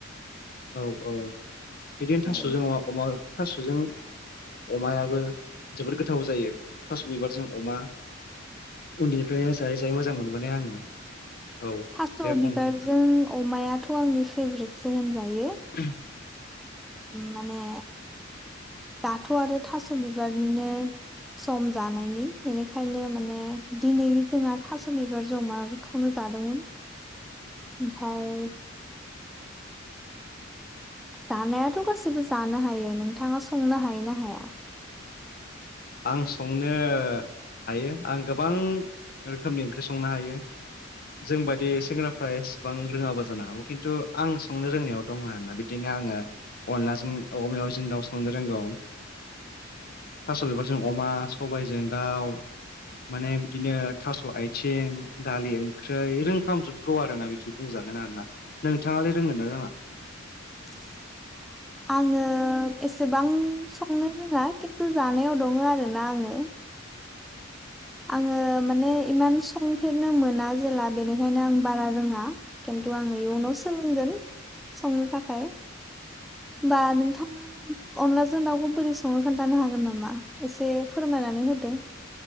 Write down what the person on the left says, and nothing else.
औ औ बिदिनो थास'जों
अमा अमा थास'जों। अमायाबो जोबोद गोथाव जायो थास' बिबारजों अमा उन्दैनिफ्रायनो जायै जायै मोजां मोनबोनाय आङो। औ
दे
बुं नोंथां
<inaudible>
आं संनो हायो आं गोबां रोखोमनि ओंख्रि संनो हायो। जों बायदि सेंग्राफ्रा एसेबां रोङाबो जानो हागौ खिन्थु आं संनो रोंनायाव दङ आरोना बिदिनो आङो अनलाजों औवा मेवाइजों दाउ संनो रोंगौ थास' बिबार जों अमा, सबायजों दाउ, माने बिदिनो थास' आथिं दालि ओंख्रै रोंफ्रामजोबगौ आरोना बिदि बुंजा गोन आरोना नोंथाङालाय रोंगोन ना रोङा?